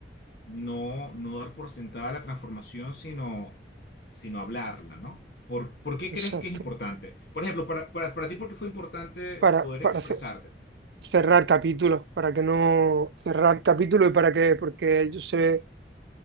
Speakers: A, on the left; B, on the right.
A: no, no dar por sentada la transformación, sino, sino hablarla, ¿no? ¿Por, por qué
B: Exacto.
A: crees que es importante? Por ejemplo, para, para, para ti, ¿por qué fue importante
B: Para,
A: poder
B: para
A: expresarte?
B: ce- cerrar capítulos, para que no cerrar capítulos y para que, porque yo sé